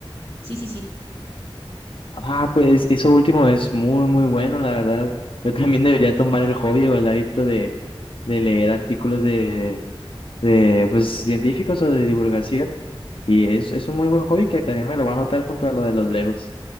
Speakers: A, on the right (about 80°); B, on the left (about 60°).
A: Sí, sí, sí.
B: Ah, pues eso último es muy, muy bueno, la verdad. Yo también debería tomar el hobby o el hábito de, de leer artículos de, de, pues, científicos o de divulgación. Y es, es un muy buen hobby que también me lo va a anotar junto a lo de los Legos.